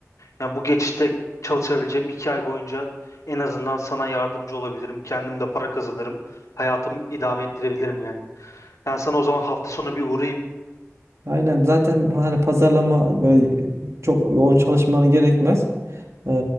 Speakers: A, on the left (about 85°); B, on the right (about 65°).
A: Yani bu geçişte çalışabileceğim iki ay boyunca en azından sana yardımcı olabilirim. Kendim de para kazanırım. Hayatımı idame ettirebilirim yani. Ben sana o zaman hafta sonu bir uğrayayım.
B: Aynen zaten hani pazarlama böyle çok yoğun çalışmanı gerekmez. Ee,